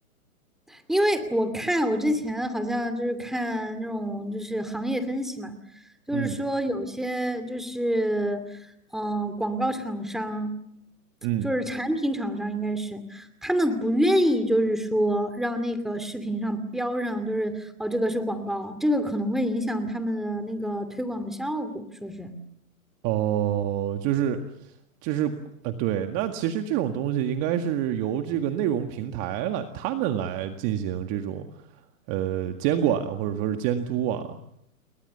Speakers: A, in the centre; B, on the right (about 30°).
A: 因为我看我之前好像就是看那种就是行业分析嘛，就是说有些就是
B: 嗯
A: 嗯、呃广告厂商，
B: 嗯，
A: 就是产品厂商应该是他们不愿意就是说让那个视频上标上就是哦这个是广告，这个可能会影响他们的那个推广的效果，说是。
B: 哦，就是就是，呃，对，那其实这种东西应该是由这个内容平台来，他们来进行这种呃监管或者说是监督啊，